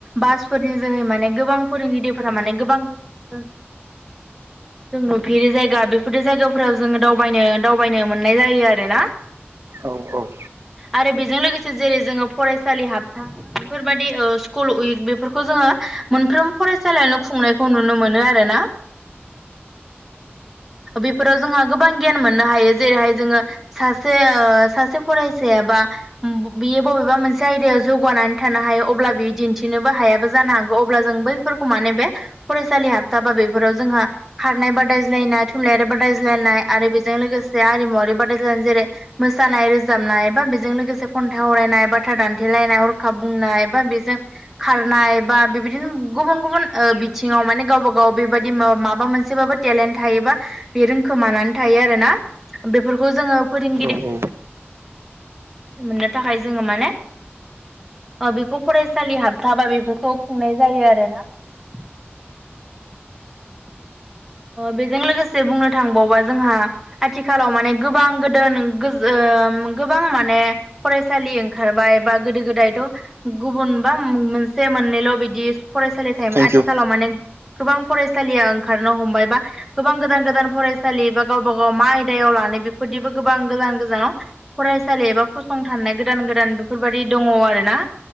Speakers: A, in the centre; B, on the right (about 70°).
A: बासफोरनि जोहै माने गोबां फोरोंगिरिफोरा माने गोबां गोजान - गोजान जायो। जोंनो भि जायगा बेफोरदि जायगाफोराव जोङो दावबायनो -दावबायनो मोननाय जायो आरोना।
B: औ- औ।
A: आरो बेजों लोगोसे जेरै जोङो फरायसालि हाबथा बेफोरबायाददि ओ स्कुल उइक बेफोरखौ जोङो मोनफ्रोम फरायसालियावनो खुंनायखौ नुनो मोनो। आरो ना बेफोराव जोंहा गोबां गियान मोननो हायो जेरैहाय जोङो सासे ओ सासे फरायसायाबा <unintelligible> बियो बबेबा मोनसे आयदायाव जौगानानै थानो हायो अब्ला बियो दिन्थिनोबो हायाबो जानो हागौ अब्ला जों बैफोर माने बे फरायसालि हाबथाबा बेफोराव जोंहा खारनाय बादायज्लायनाय थुनलाइयारि बादायज्लायनाय आरो बेजों लोगोसे आरिमुवारि बादाय्लायनाय जेरै मोसानाय - रोजाबनाय बा बेजों लोगोसे खन्थाइ आरायनाय, बाथ्रा दान्थेलायनाय, हरखाब बुंनाय बबा बेजों खारनाय बा बेबायदिनो गुबुन - गुबुन बिथिङाव ओ माने गावबा - गाव बेबायदि माबा मोनसे एसेबाबो टेलेन्ट थायोबा बे रोंखोमानानै थायो। आरो ना? बेफोरखौ जोङो फोरोंगिरि
B: औ औ
A: मोननो थाखाय जोङो माने बेखौ फरायसालि हाबथाबा बेफोरखौ खुंनाय जायो आरोना <unintelligible> बेजों लोगोसे बुंनो थांबावबा जोंहा आथिखालाव माने गोबां गोदोन ओ गोबां माने फरायसालि ओंखारबाय बा गोदो गोदायथ' गुबुन बा मोनसे से मोननैल' बिदि फरायसालि थायोमोन
B: थेंकिउ
A: आथिखालाव माने गोबां फरायसालिया ओंखार हमबाय बा गोबां गोदान - गोदान फरायसालि बा गावबा - गाव मा आयदायाव लानाय बेफोरदिबो गोबां गोजान गोान गोजानाव फरायसालि एबा फसंथाननाय गोदान गोदान बेफोरबायाददि दङ आर ना